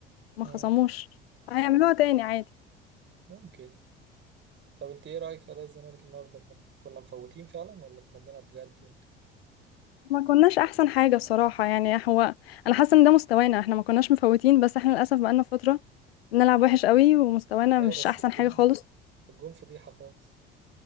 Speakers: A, on the left (about 75°); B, on the right (about 40°).
A: ما
B: مم.
A: خصموش هيعملوها تاني عادي
B: ممكن طب انت ايه رأيك في أداء الزمالك النهارده كان- كنا مفوتين فعلا ولا كنا بنلعب بجد ولا
A: ما كناش احسن حاجه بصراحه يعني هو انا حاسه ان ده مستوانا احنا ما كناش مفوتين بس احنا للاسف بقالنا فتره بنلعب وحش قوي ومستوانا
B: إيه؟
A: مش
B: ايوه بس
A: احسن
B: الجون
A: حاجه خالص
B: الجون فضيحة خالص